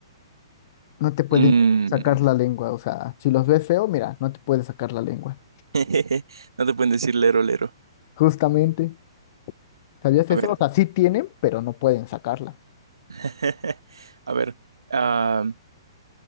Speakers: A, on the left; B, on the right.
A: no te pueden
B: Mm,
A: sacar la lengua, o sea, si los ves feo, mira, no te pueden sacar la lengua,
B: <laughs> No te pueden decir lero, lero.
A: justamente, ¿sabías
B: A
A: eso?
B: ver,
A: O sea, sí tienen, pero no pueden sacarla.
B: <laughs> a ver, ah,